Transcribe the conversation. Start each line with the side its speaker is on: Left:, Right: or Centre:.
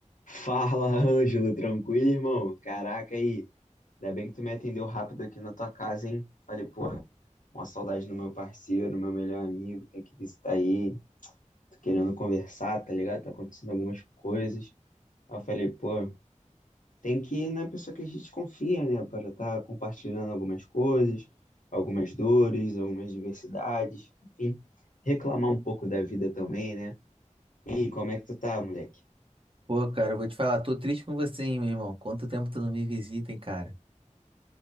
Left: Fala, Ângelo, tranquilo, irmão? Caraca, aí. Ainda bem que tu me atendeu rápido aqui na tua casa, hein? Falei, pô, uma saudade do meu parceiro, meu melhor amigo, tem que visitar ele. Tô querendo conversar, tá ligado? Tá acontecendo algumas coisas. Aí eu falei, pô, tem que ir na pessoa que a gente confia, né? Para estar compartilhando algumas coisas, algumas dores, algumas diversidades, enfim, reclamar um pouco da vida também, né? E aí, como é que tu tá, moleque?
Right: Pô, cara, eu vou te falar, tô triste com você, hein, meu irmão. Quanto tempo tu não me visita, hein, cara?